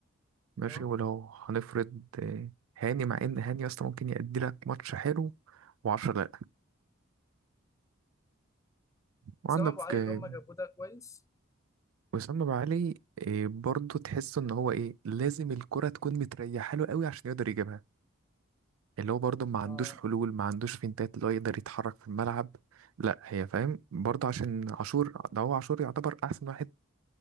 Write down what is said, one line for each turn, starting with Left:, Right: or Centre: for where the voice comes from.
Right: ماشي
Left: اه
Right: ولو هنفرض آه، هاني مع ان هاني اصلا ممكن يأدي لك ماتش حلو وعشرة لا وعندك
Left: اسامه ابو علي
Right: آه،
Left: اللي هم جابوه ده كويس
Right: وسام ابو علي آه، برضه تحس ان هو ايه لازم الكرة تكون متريحه له قوي عشان يقدر يجيبها اللي هو برضه ما عندوش
Left: اه
Right: حلول ما عندوش فينتات اللي هو يقدر يتحرك في الملعب لا هي فاهم برضه عشان عاشور ده هو عاشور يعتبر احسن واحد